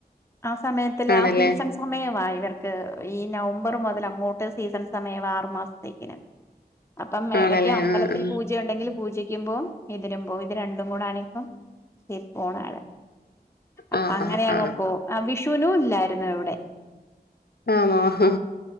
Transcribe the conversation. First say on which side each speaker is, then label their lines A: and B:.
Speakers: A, on the left (about 15°); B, on the left (about 70°).
A: ആ സമയത്തി
B: ആണല്ലേ
A: ആ സീസൺ സമയമായി ഇവർക്ക് ഈ നവംബർ മുതൽ അങ്ങോട്ട് സീസൺ സമയം ആറു മാസത്തേക്കിന് അപ്പം മേടക്ക്
B: ആണല്ലേ
A: അമ്പലത്തിൽ
B: ആഹ്
A: പൂജ ഉണ്ടെങ്കിലും പൂജിക്കുമ്പോ എതിരുമ്പോ ഇത് രണ്ടും കൂടൊണ് ഇപ്പം ശ പോണ ആള്െ അപ്പൊ
B: ആഹ്
A: അങ്ങനെ
B: ആഹ്
A: അങ്
B: ആഹ്
A: പോഉ ആ വിഷുനും ഇല്ലായിരുന്നു വിടെ
B: ആന്നോ ഹഹ്